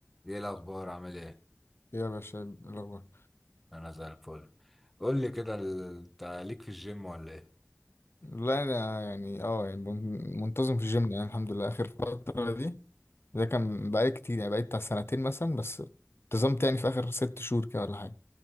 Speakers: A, in the centre; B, on the left (about 55°).
A: ايه الاخبار عامل ايه
B: يا باشا الأخبار
A: انا زي الفل قول لي كده ال- انت ليك في الجيم ولا ايه
B: لا أنا يعني اه يعني من- منتظم في الجيم يعني الحمد لله آخر فترة دي ده كان بقالي كتير يعني بقالي بتاع سنتين مثلا بس انتظمت يعني في آخر ست شهور كده ولا حاجة